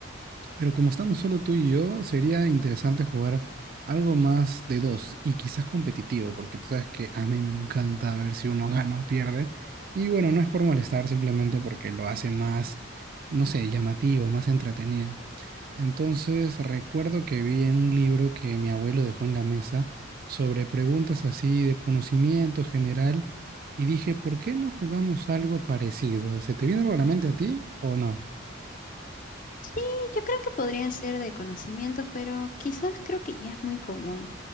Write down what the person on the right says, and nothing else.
pero como estamos solo tú y yo, sería interesante jugar algo más de dos y quizás competitivo, porque tú sabes que a mí me encanta ver si uno <laughs> gana o pierde. Y bueno, no es por molestar, simplemente porque lo hace más, no sé, llamativo, más entretenido. Entonces, recuerdo que vi en un libro que mi abuelo dejó en la mesa sobre preguntas así de conocimiento general y dije, ¿por qué no jugamos algo parecido? ¿Se te viene algo a la mente a ti o no?